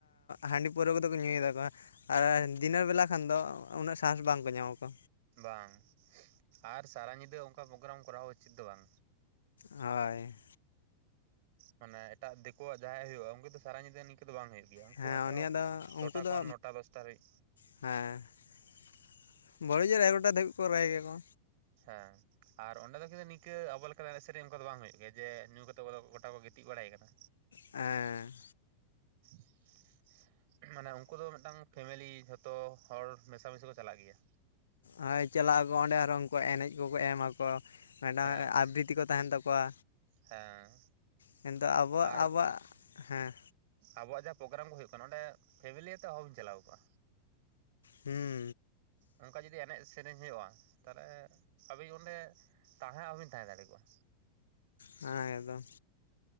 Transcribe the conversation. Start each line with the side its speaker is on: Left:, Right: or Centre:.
Left: ᱦᱟᱺᱰᱤ ᱯᱟᱹᱣᱨᱟᱹ ᱠᱚᱫᱚ ᱠᱚ ᱧᱩᱭᱮᱫᱟ ᱠᱚ᱾ ᱟᱨ ᱫᱤᱱᱟᱹ ᱵᱮᱞᱟ ᱠᱷᱟᱱ ᱫᱚ ᱩᱱᱟᱹᱜ ᱥᱟᱦᱟᱹᱥ ᱵᱟᱝᱠᱚ ᱧᱟᱢᱟᱠᱚ᱾
Right: ᱵᱟᱝ, ᱟᱨ ᱥᱟᱨᱟ ᱧᱤᱫᱟᱹ ᱚᱱᱠᱟ ᱯᱨᱳᱜᱨᱟᱢ ᱠᱚᱨᱟᱣ ᱩᱪᱤᱛ ᱫᱚ ᱵᱟᱝ᱾
Left: ᱦᱳᱭ,
Right: ᱢᱟᱱᱮ ᱮᱴᱟᱜ ᱫᱤᱠᱩᱣᱟᱜ ᱡᱟᱦᱟᱸᱭᱟᱜ ᱦᱩᱭᱩᱜᱼᱟ, ᱩᱱᱠᱩ ᱫᱚ ᱥᱟᱨᱟ ᱧᱤᱫᱟᱹ ᱱᱤᱝᱠᱟᱹ ᱫᱚ ᱵᱟᱝ ᱦᱩᱭᱩᱜ, ᱜᱮ ᱩᱱᱠᱩ
Left: ᱦᱮᱸ
Right: ᱦᱚᱭᱛᱚ
Left: ᱩᱱᱤᱭᱟᱜ ᱫᱚ
Right: ᱪᱷᱚᱴᱟ
Left: ᱩᱱᱠᱩ ᱫᱚ
Right: ᱠᱷᱚᱱ ᱱᱚᱴᱟ ᱫᱚᱥᱴᱟᱫᱤᱡ᱾
Left: <unintelligible> ᱦᱮᱸ, ᱵᱷᱟᱹᱲᱤᱡ ᱮᱜᱟᱨᱚᱴᱟ ᱫᱷᱟᱹᱵᱤᱡ ᱠᱚ ᱨᱟᱭ ᱜᱮᱭᱟᱠᱚ᱾
Right: ᱦᱮᱸ, ᱟᱨ ᱚᱸᱰᱮ ᱫᱚ ᱠᱤᱱᱛᱩ <unintelligible> ᱱᱤᱝᱟᱹ ᱟᱵᱚ ᱞᱮᱠᱟ ᱮᱱᱮᱡ ᱥᱮᱨᱮᱧ ᱚᱱᱠᱟ ᱫᱚ ᱵᱟᱝ ᱦᱩᱭᱩᱜ ᱜᱮᱭᱟ ᱡᱮ ᱧᱩ ᱠᱟᱛᱮᱫ ᱜᱚᱴᱟ ᱠᱚ ᱜᱤᱛᱤᱡ ᱵᱟᱲᱟᱭ ᱠᱟᱱᱟ᱾
Left: ᱦᱮᱸ,
Right: <inaudible> ᱢᱟᱱᱮ ᱩᱱᱠᱩ ᱫᱚ ᱢᱤᱫᱴᱟᱝ ᱯᱷᱮᱢᱮᱞᱤ ᱡᱷᱚᱛᱚ ᱦᱚᱲ ᱢᱮᱥᱟᱢᱤᱥᱤ ᱠᱚ ᱪᱟᱞᱟᱜ ᱜᱮᱭᱟ᱾
Left: ᱦᱳᱭ ᱪᱟᱞᱟᱜ ᱟᱠᱚ ᱚᱸᱰᱮ ᱟᱨᱚ ᱩᱝᱠᱩ ᱮᱱᱮᱡ ᱠᱚᱠᱚ ᱮᱢ ᱟᱠᱚ᱾ ᱢᱮᱴᱟᱝ
Right: ᱦᱮᱸ
Left: ᱟᱵᱨᱤᱛᱤ ᱠᱚ ᱛᱟᱦᱮᱱ ᱛᱟᱠᱚᱣᱟ᱾
Right: ᱦᱮᱸ
Left: ᱠᱤᱱᱛᱩ ᱟᱵᱚᱣᱟᱜ-ᱟᱵᱚᱣᱟᱜ
Right: ᱟᱨ
Left: ᱦᱮᱸ᱾
Right: ᱟᱵᱚᱣᱟᱜ ᱡᱟᱦᱟᱸ ᱯᱳᱜᱨᱟᱢ ᱠᱚ ᱦᱩᱭᱩᱜ ᱠᱟᱱᱟ ᱚᱸᱰᱮ ᱯᱷᱮᱢᱮᱞᱤ ᱟᱛᱮ ᱚᱦᱚ ᱵᱮᱱ ᱪᱟᱞᱟᱣ ᱠᱚᱜᱼᱟ᱾
Left: ᱦᱩᱸ
Right: ᱚᱝᱠᱟ ᱡᱩᱫᱤ ᱮᱱᱮᱡ ᱥᱮᱨᱮᱧ ᱦᱩᱭᱩᱜᱼᱟ ᱛᱟᱞᱮ ᱟᱵᱤᱱ ᱚᱸᱰᱮ ᱛᱟᱦᱮᱸ ᱟᱵᱮᱱ ᱛᱟᱦᱮᱸ ᱫᱟᱲᱮ ᱠᱚᱜᱼᱟ᱾
Left: ᱦᱮᱸ ᱟᱫᱚ